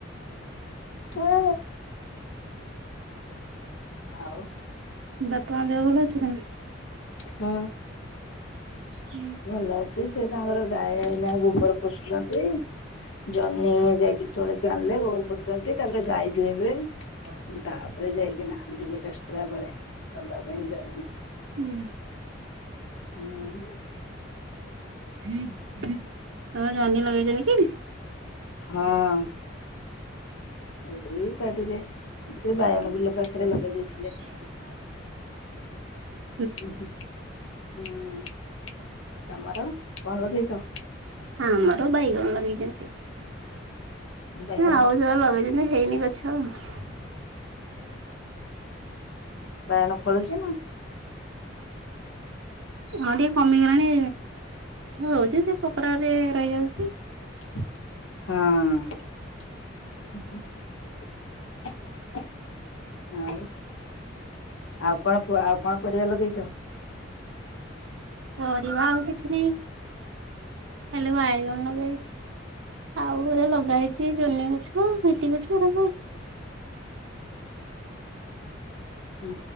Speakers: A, on the left (about 80°); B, on the right (about 80°).
A: ହଁ ଆଉ
B: ବାପାମାଆ ଦେହ ଭଲ ଅଛି ନା?
A: ହଁ।
B: ହୁଁ।
A: ଭଲ ଅଛି, ସେ ତାଙ୍କର ଗାଈ ଏଇନା ଗୋବର ପୋଛୁଛନ୍ତି ଜହ୍ନି ଯାଇକି ତୋଳି କିି ଆଣିଲେ, ଗୋବର ପୋଛୁଚନ୍ତି, ତାପରେ ଗାଈ ଧୋଇଁବେ।
B: ହଁ।
A: ତାପରେ ଯାଇକିନା ଯିବେ ଦଶଟା ବଳେ ଦବା ପାଈଁ <unintelligible>
B: ହୁଁ।
A: ହୁଁ।
B: ତମେ ଜହ୍ନି ଲଗେଇଚି କି?
A: ହଁ। ଏଇ ବାଡିରେ ସେ ବାଇଗଣ ବିଲ ପାଖରେ ଲଗେଇ ଦେଇେଇଥିଲେ।
B: <inaudible>
A: ଉଁ ହୁଁ ହୁଁ ତମର କଣ ଲଗେଇଛ?
B: ହଁ ଆମର ବାଇଗଣ ଲଗେଇଛନ୍ତି,
A: ବାଇଗଣ
B: ଆଉ ଯୋ ଲଗେଇଛନ୍ତି ହେଇନି ଗଛ। <unintelligible>
A: ବାଇଗଣ ଫଳୁଛି ନା?
B: ଆଉ ଟିକେ କମିଗଲାଣି, ହଉଛି ସେ ପୋକଡା ରେ ରହିଯାଉ
A: ହଁ। <inaudible> ଆଉ ଆଉ କଣ ଆଉ କଣ ପରିବା ଲଗେଇଛ?
B: ପରିବା ଆଉ କିଛି ଖାଲି ବାଇଗଣ ଲଗେଇଛି। ଆଉ ହେରା ଲଗାହେଇଛି ଜହ୍ନି ଗଛ। ହଁ ହେତିକି ଅଛି ନା
A: ହୁଁ